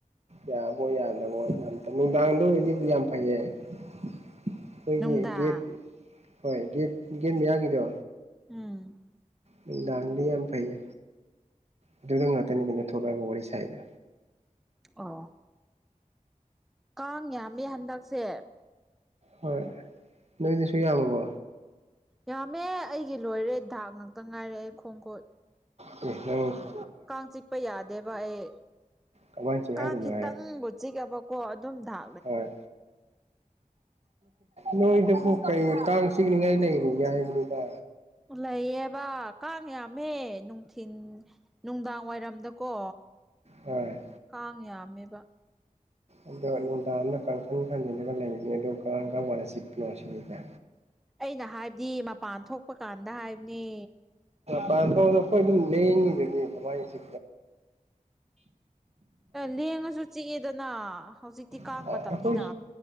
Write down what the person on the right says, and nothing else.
ꯌꯥꯕꯣ ꯌꯥꯗꯕꯣ ꯌꯥꯝꯗ ꯅꯨꯡꯗꯥꯡꯗꯣ ꯑꯣꯏꯗꯤꯗꯤ ꯌꯥꯝ ꯐꯩꯌꯦ ꯑꯩꯈꯣꯏꯒꯤ
ꯗꯦꯠ ꯍꯣꯏ ꯗꯦꯠ ꯗꯦꯠ ꯃꯌꯥꯒꯤꯗꯣ
ꯅꯨꯡꯗꯥꯡꯗꯤ ꯌꯥꯝ ꯐꯩꯌꯦ ꯑꯗꯨꯗ ꯉꯥꯛꯇꯅꯤ ꯀꯩꯅ ꯊꯣꯛꯂꯛꯑꯒ ꯋꯥꯔꯤ ꯁꯥꯏꯗ
ꯍꯣꯏ ꯅꯨꯃꯤꯗꯨꯁꯨ ꯌꯥꯝꯃꯕꯣ
ꯈꯣꯡ ꯈꯨꯠ
ꯀꯃꯥꯏꯅ ꯆꯤꯛꯍꯜꯂꯤꯅꯣ
ꯍꯥꯏꯔꯒ
ꯍꯣꯏ ꯅꯣꯏꯗꯕꯨ ꯀꯩ ꯀꯁꯤꯒꯅꯤꯉ ꯂꯩꯔꯤꯒ ꯍꯥꯏꯕꯅꯤꯗ
ꯍꯣꯏ
ꯑꯗꯣ ꯅꯨꯡꯗꯥꯡꯝꯅ ꯀꯥꯡꯈꯪ ꯈꯟꯅꯤꯂꯒ ꯂꯩꯕꯅꯦ ꯑꯗꯣ ꯀꯥꯡꯈ ꯋꯥ ꯆꯤꯅꯣ ꯁꯤꯅꯤꯗ
ꯄꯥꯟꯊꯣꯗ ꯑꯩꯈꯣꯏ ꯑꯗꯨꯝ ꯂꯩꯅꯤꯗꯨꯒ ꯃꯃꯥꯏ ꯆ
ꯑꯩꯈꯣꯏ